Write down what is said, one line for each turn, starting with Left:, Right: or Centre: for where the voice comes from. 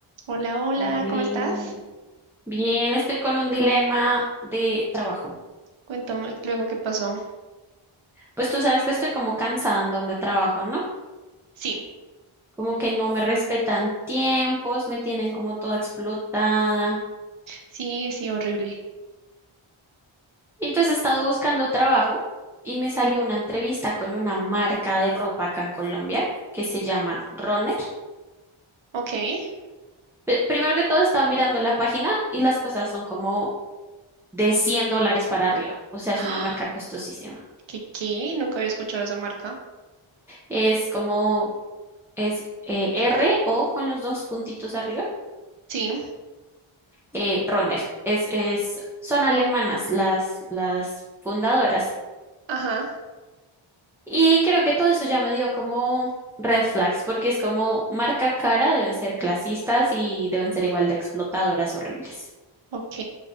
Right: Hola, hola,
Centre: Oli.
Right: ¿cómo estás?
Centre: Bien, estoy con un dilema de trabajo.
Right: Cuéntame luego qué pasó.
Centre: Pues tú sabes que estoy como cansada en donde trabajo, ¿no?
Right: Sí,
Centre: Como que no me respetan tiempos, me tienen como toda explotada.
Right: sí, sí, horrible.
Centre: Y Entonces he estado buscando trabajo y me salió una entrevista con una marca de ropa acá en Colombia que se llama Runner.
Right: Ok. <gasps>
Centre: Pe- Primero que todo estaba mirando la página y las cosas son como de 100 dólares para arriba, o sea, es
Right: Ah,
Centre: una marca costosísima.
Right: ¿Qué, qué? Nunca había escuchado esa marca.
Centre: Es como es eh, R o con los dos puntitos arriba.
Right: Sí,
Centre: eh, Roner. Es, es, son alemanas las, las fundadoras.
Right: ajá,
Centre: Y creo que todo eso ya me dio como red flags, porque es como marca cara, deben ser clasistas y deben ser igual de explotadoras horribles.
Right: ok.